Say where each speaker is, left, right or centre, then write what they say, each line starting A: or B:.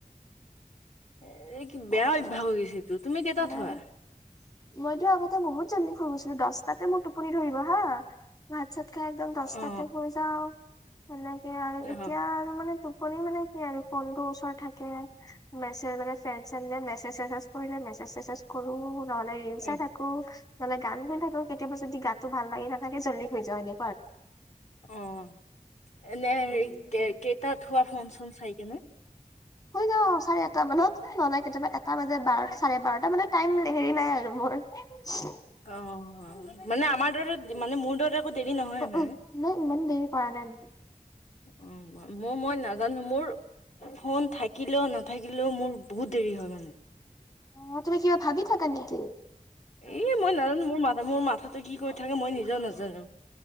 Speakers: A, on the left; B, on the left.
A: এ, কি
B: তাকে
A: বেয়া অভ্যাস হৈ গৈছে এইটো, তুমি কেইটাত
B: নাই
A: শুৱা?
B: মইতো আগতে বহুত জল্দি শুই গৈছিলো, দশটাতে মোৰ টোপনি ধৰিব হা। ভাত চাত খাই একদম দশটাতে
A: অ
B: শুই যাওঁ, সেনেকে আৰু
A: অ
B: এতিয়া আৰু মানে টোপনি মানে কি আৰু ফোনটো ওচৰত থাকে মেছেজ মানে ফ্ৰেন্ড চ্ৰেন্ড মেছেজ কৰিলে, মেছেজ চেছেজ কৰো, নহ'লে ৰিল
A: অ
B: চাই থাক কো নহ'লে গান গাই থাকো, কেতিয়াবা যদি গাতো ভাল লাগি নাথাকে জল্দি শুই যাওঁ এনে।
A: অ', এনে,
B: উম।
A: হেৰি কে-কেইটাত শুৱা ফোন চোন চাইকিনে।
B: <unintelligible> শুই যাওঁ, চাৰে এটা মানত, নহ'লে কেতিয়াবা এটা বাজে বাৰ, চাৰে বাৰটা মানে টাইম, হেৰি নাই আৰু মোৰ। <unintelligible>
A: অ', মানে আমাৰ দৰে, মানে মোৰ দৰে একো দেৰি নহয়
B: অ'
A: মানে।
B: নাই ইমান দেৰি কৰা নাই মানে।
A: অ', মোৰ মই না জানো মোৰ, ফোন থাকিলেও, নাথাকিলেও মোৰ বহুত দেৰি হয় মানে।
B: অ', তুমি কিবা ভাবি থাকা নেকি?
A: এই মই নাজানো, মোৰ মাথা, মোৰ মাথাটো কি কৰি থাকে মই নিজেও নাজানো।